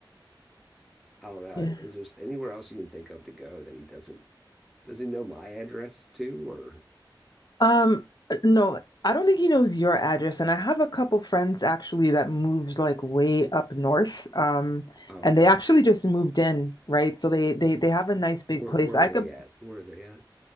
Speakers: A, in the centre; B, on the left.
A: I don't know.
B: Yeah.
A: Is there anywhere else you can think of to go that he doesn't? Does he know my address too? Or
B: um no, I don't think he knows your address and I have a couple friends actually that moves like way up north um
A: oh,
B: and
A: okay.
B: they actually just moved in, right? So they they they have a nice big
A: Where
B: place.
A: where
B: I
A: are they
B: could
A: at? Where are they at?